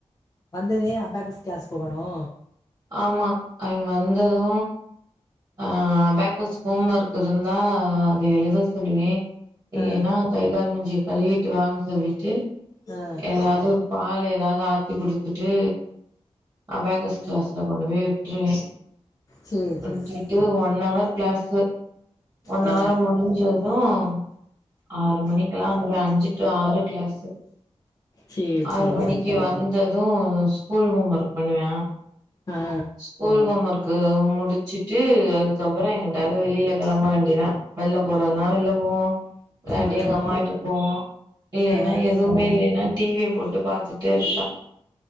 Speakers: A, on the left (about 30°); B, on the right (about 35°).
A: வந்ததே அபாகஸ் கிளாஸ் போவானோ?
B: ஆமா அவ வந்தது ஆ அபாக்கஸ் ஹோம் ஒர்க் இருந்தா அத எழுத சொல்லுவே இல்லைன்னா
A: ஆ
B: கை கால் மூஞ் சிய கழுவி ட்டு வான்னு சொல்லிட்டு
A: ஆ
B: ஏதாவது பால் ஏதாவது ஆத்தி குடுத்துட்டு அபாகஸ் ல கொண்டு போய் விட்ருவே
A: சேரி
B: விட்டுட்டு
A: சேரி
B: ஒன் அவர் கிளாஸு ஒன்
A: ஆ
B: அவர் முடிஞ்சது ம் ஆறு மணி க்லா வந்துருவா அஞ்சு டு ஆறு கிளாஸு
A: சேரி
B: ஆறு
A: சேரி
B: மணிக்கு
A: சேரி
B: வந்தது ஸ்கூல் ஹோம் ஒர்க் பண்ணுவா
A: ஆ
B: ஸ்கூல் ஹோம் ஒர்க் கு முடிச்சுட்டு அதுக்கப்புறோ எங்கிட்டாவது வெளில கெளம்ப வேண்டியதா வெளில போறதுனா வெளில போவோ இல்லாட்டி
A: ம்
B: எங்க அம்மா வீட்டுக்கு போவோ இல்லைன்னா
A: ஆ
B: எதுவுமே இல்லைன்னா டி வி ய போட்டு பாத்துட்டு இருப்பா